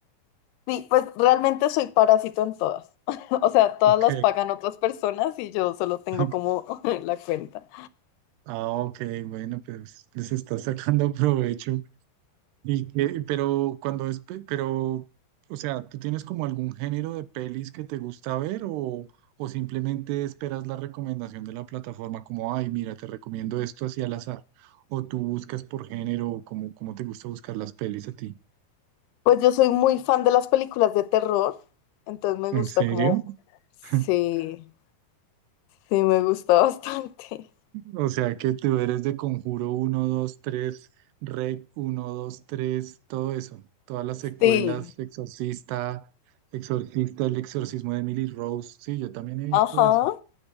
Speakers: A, on the left (about 80°); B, on the right (about 85°).
A: sí, pues realmente soy parásito en todas. <laughs> O sea, todas
B: Ok.
A: las pagan otras personas y yo solo tengo
B: <laughs>
A: como <laughs> la cuenta.
B: Ah, ok, bueno, pues les está sacando <laughs> provecho. Y que, pero cuando es, pe- pero, o sea, ¿tú tienes como algún género de pelis que te gusta ver o, o simplemente esperas la recomendación de la plataforma como, ay, mira, te recomiendo esto así al azar? ¿O tú buscas por género o cómo, cómo te gusta buscar las pelis a ti?
A: Pues yo soy muy fan de las películas de terror, entonces me
B: ¿En
A: gusta
B: serio?
A: como, sí,
B: <laughs>
A: sí, me gusta <laughs> bastante.
B: O sea que tú eres de Conjuro uno 2 3 Rec uno 2 3 todo eso. Todas las secuelas,
A: Sí,
B: Exorcista, Exorcista, el exorcismo de Emily Rose. Sí, yo también he visto
A: ajá,
B: eso.